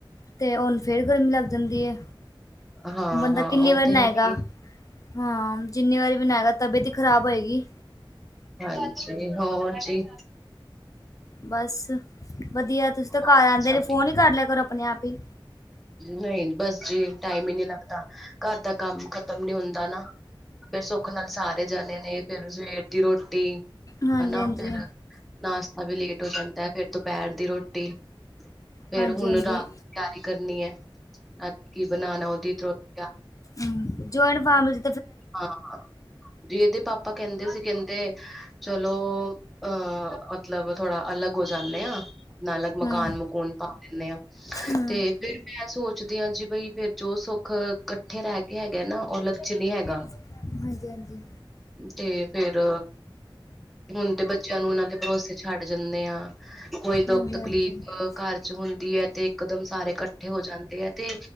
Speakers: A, on the left; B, in the centre.
A: ਤੇ ਉਹਨੂੰ ਫੇਰ ਗਰਮੀ ਲੱਗ ਜਾਂਦੀ ਐ।
B: ਹਾਂ-ਹਾਂ
A: ਬੰਦਾ ਕਿੰਨੀ
B: ਓ
A: ਵਾਰ
B: ਤੇ
A: ਨਾਏਗਾ,
B: ਹੈ ਈ
A: ਹਾਂ ਜਿੰਨੀ ਵਾਰ ਵੀ ਨਾਏਗਾ ਤਬੀਅਤ ਈ ਖ਼ਰਾਬ ਹੋਏਗੀ।
B: ਹਾਂਜੀ ਹੋਰ ਜੀ।
A: ਬਸ, ਵਧੀਆ ਤੁਸੀਂ ਤਾਂ
B: ਹੋਰ
A: ਘਰ ਆਦੇ
B: ਸਭ
A: ਨੇ ਫੋਨ
B: ਠੀਕ
A: ਈ ਕਰ ਲਿਆ ਕਰੋ ਆਪਣੇ ਆਪ ਹੀ।
B: ਨਈ ਬਸ ਜੀ ਟਾਈਮ ਈ ਨੀ ਲੱਗਦਾ ਘਰ ਦਾ ਕੰਮ ਖਤਮ ਨੀ ਹੁੰਦਾ ਨਾ। ਫੇਰ ਸੁੱਖ ਨਾਲ ਸਾਰੇ ਜਾਣੇ ਨੇ ਫੇਰ ਸਵੇਰ ਦੀ ਰੋਟੀ,
A: ਹਾਂਜੀ
B: ਹਨਾ
A: ਹਾਂਜੀ
B: ਫੇਰ ਨਾਸ਼ਤਾ ਵੀ ਲੇਟ ਹੋ ਜਾਂਦਾ, ਫੇਰ ਦੁਪਹਿਰ ਦੀ ਰੋਟੀ, ਫੇਰ
A: ਹਾਂਜੀ
B: ਹੁਣ
A: ਹਾਂਜੀ
B: ਰਾਤ ਤਿਆਰੀ। ਕਰਨੀ ਐ, ਕੀ ਬਨਾਣਾ ਓਦੀ <unintelligible>
A: ਹੂੰ, ਜ਼ੋਇੰਟ ਫੈਮਲੀ
B: ਹਾਂ, ਤੇ ਏਦੇ ਪਾਪਾ ਕੈਂਦੇ ਸੀ ਕੈਂਦੇ 'ਚਲੋ ਅਹ ਮਤਲਬ ਥੋੜਾ ਅਲੱਗ ਹੋ ਜਾਂਨੇ ਆਂ। ਨਾ ਅਲਗ ਮਕਾਨ-ਮਕੂਨ
A: ਹਮ
B: ਪਾ ਦਿੰਨੇ ਆ
A: ਹਮ
B: ਤੇ ਫੇਰ ਮੈਂ ਸੋਚਦੀ ਆਂ ਜੀ ਬਈ ਫੇਰ ਜੋ ਸੁੱਖ ਕੱਠੇ ਰੈਕੇ ਹੈਗਾ ਨਾ, ਓ ਅਲੱਗ ਚ ਨਈਂ ਹੈਗਾ।
A: ਹਾਂਜੀ-ਹਾਂਜੀ।
B: ਤੇ ਫੇਰ ਹੁਨ ਤੇ ਬੱਚਿਆਂ ਨੂੰ ਓਨਾਂ ਦੇ ਪਰੋਸੇ ਛੱਡ ਜਾਂਦੇ ਆ। ਕੋਈ ਦੁੱਖ
A: ਹਾਂਜੀ
B: ਤਕਲੀਫ
A: ਹਾਂਜੀ
B: ਘਰ ਚ ਹੁੰਦੀ ਐ ਤੇ ਇਕਦਮ ਸਾਰੇ ਕੱਠੇ ਹੋ ਜਾਂਦੇ ਐ ਤੇ